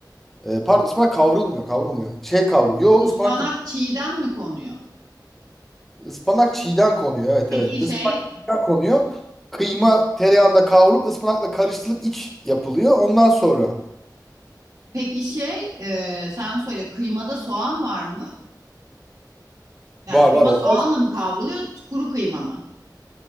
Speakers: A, in the centre; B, on the right (about 50°).
A: e, pardon ıspanak kavrulmuyor, kavrulmuyor. Şey kavrul. Yo
B: Ispanak
A: ıspanak da
B: çiğden mi konuyor?
A: ıspanak çiğden konuyor. Evet
B: Peki
A: evet.
B: şey
A: Ispanak çiğden konuyor. Kıyma tereyağında kavrulup ıspanakla karıştırılıp iç yapılıyor. Ondan sonra
B: peki şey e, sen söyle kıymada soğan var mı? Yani
A: var
B: kıyma
A: var olmaz
B: soğanla
A: mı?
B: mı kavruluyor kuru kıyma mı?